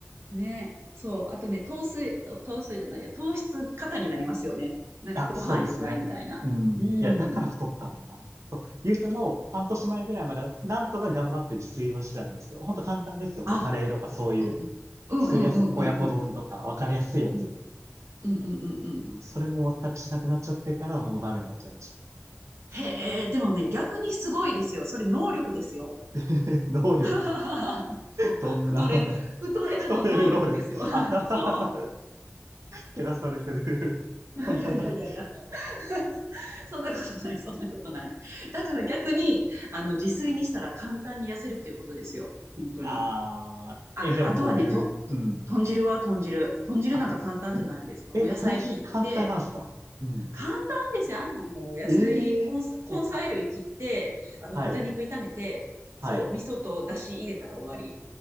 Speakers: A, on the right (about 65°); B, on the right (about 80°).
A: ね。そう。あとね、糖水、と糖水じゃないや、糖質過多になりますよね。なんかご飯いっぱいみたいな。
B: いや、そうですね。うん。
A: うん。
B: いや、だから太ったんだな。そう、ゆうても半年前ぐらいまではなんとか頑張って自炊はしてたんですよ。ほんと簡単ですよ。ほんとカレーとかそういう
A: あ、うん、うんうんうんうんうん。
B: 作りやす、親子丼とか分かりやすいやつ。
A: うん、うん、うん、うん、うん。
B: それも全くしなくなっちゃってからほんとダメになっちゃいました。
A: へえ、でもね、逆にすごいですよ。それ能力ですよ。
B: <laughs> 能力。
A: <laughs> そう。
B: どんな、
A: 太れる、
B: <laughs>
A: 太れるの能力ですよ。
B: ストレる能力。<laughs>
A: <laughs>
B: あー
A: そ
B: けなされてる。
A: う。
B: <laughs>
A: いやいやいやいや。<laughs> そんなことない、そんなことない。だから逆に、あの、自炊にしたら簡単に痩せるっていうことですよ。本当に。
B: ああ、
A: あ、
B: え、でも僕、
A: あとはね、と、と豚汁は豚汁。
B: うん。
A: 豚汁なんか簡単じゃないですか。
B: あ、え、
A: もう野菜切って、
B: 豚汁簡単なんですかうん。
A: 簡単ですよ。あんなもう野菜、
B: ええいや、
A: 根菜根菜類切って、あの、
B: はい、
A: 豚肉炒めて、
B: はい。
A: そう、味噌と出汁入れたら終わり。